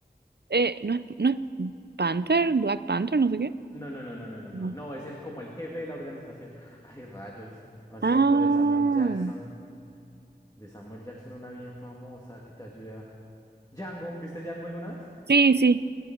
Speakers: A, on the right; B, on the left.
A: Eh, ¿no es, no es Panther? ¿Black Panther? No sé qué.
B: No, no, no, no, no, no, no.
A: No.
B: No, es el como el jefe de la organización. Ay, rayos. Así
A: Ah.
B: otra de Samuel Jackson. De Samuel Jackson, una bien famosa que te ayuda. Django, ¿viste Django alguna vez?
A: Sí, sí.